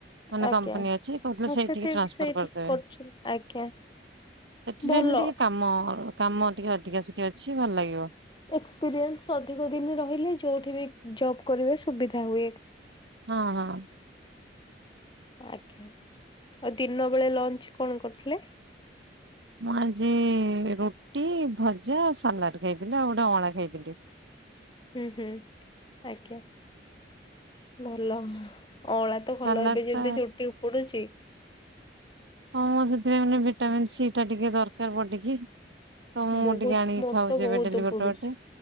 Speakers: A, on the right (about 80°); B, on the left (about 25°).
A: ମାନେ
B: ଆଜ୍ଞା
A: କମ୍ପାନୀ ଅଛି କହୁଥିଲେ
B: ହଁ
A: ସେଇଠିକି
B: ସେଠି
A: ଟ୍ରାନ୍ସଫର୍
B: ସେଇଠି
A: କରିଦେବେ।
B: କରୁଛନ୍ତି ଆଜ୍ଞା
A: ସେଇଠି ରହିଲେ
B: ଭଲ।
A: ଟିକେ କାମ କାମ ଟିକେ ଅଧିକା ସେଇଠି ଅଛି ଭଲ ଲାଗିବ।
B: ଏକ୍ସପିରିଏନ୍ସ ଅଧିକ ଦିନି ରହିଲେ ଯୋଉଠି ବି ଜବ୍ କରିବେ ସୁବିଧା ହୁଏ।
A: ହଁ ହଁ।
B: ଆଜ୍ଞା। ଆଉ ଦିନବେଳେ ଲଞ୍ଚ କଣ କରିଥିଲେ?
A: ମୁଁ ଆଜି ରୁଟି, ଭଜା, ସାଲାଡ୍ ଖାଇଥିଲି ଆଉ ଗୋଟେ ଅଁଳା ଖାଇଥିଲି।
B: ହୁଁ ହୁଁ ଆଜ୍ଞା ଭଲ। ଅଁଳା ତ
A: ସାଲାଡ
B: ଭଲ ଏବେ ଯେମିତି
A: ଟା
B: ଚୁଟି ଉପୁଡୁଛି।
A: ହଁ ମ ସେଥିପାଇଁ ମାନେ ଭିଟାମିନ ସି ଟା ଟିକେ ଦରକାର ବଡିକି। ତ ମୁଁ
B: ବହୁତ
A: ଟିକେ ଆଣିକି
B: ମୋର
A: ଖାଉଛି
B: ତ ବହୁତ
A: ଏବେ ଡେଲି
B: ଉପୁଡୁଛି।
A: ଗୋଟେ ଗୋଟେ